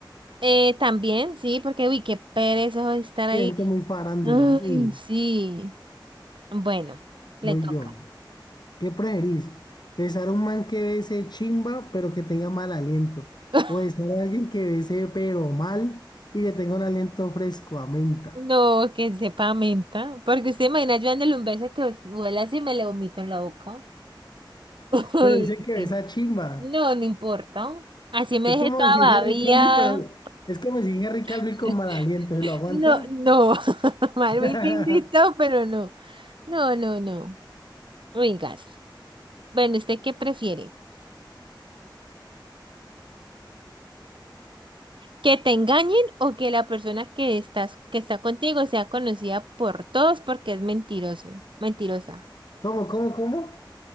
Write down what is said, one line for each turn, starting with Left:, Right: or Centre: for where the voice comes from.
Right: Eh, también, sí, porque uy, qué pereza estar
Left: Gente
Right: ahí.
Left: muy farándula.
Right: Ay,
Left: Uy,
Right: sí. Bueno,
Left: voy
Right: le toca.
Left: yo. ¿Qué preferís? ¿Besar a un man que bese chimba pero que tenga mal aliento?
Right: <laughs>
Left: ¿O besar a alguien que bese pero mal y que tenga un aliento fresco a menta?
Right: No, que sepa menta. Porque usted imagina yo dándole un beso que vuela así y me le vomito en la boca. <laughs> Uy,
Left: Pero dice que
Right: sí.
Left: besa chimba.
Right: No, no importa. Así me
Left: Es
Right: dejé
Left: como
Right: toda
Left: decir Henry
Right: babiada.
Left: Calvi, pero es como decir Henry Calvi
Right: <laughs>
Left: con mal aliento. ¿Se lo aguanta?
Right: No, no. <laughs> Marvin
Left: <laughs>
Right: le invitó, pero no. No, no, no. Ringas. Bueno, ¿usted qué prefiere? ¿Que te engañen o que la persona que estás, que está contigo sea conocida por todos porque es mentiroso, mentirosa?
Left: ¿Cómo, cómo, cómo?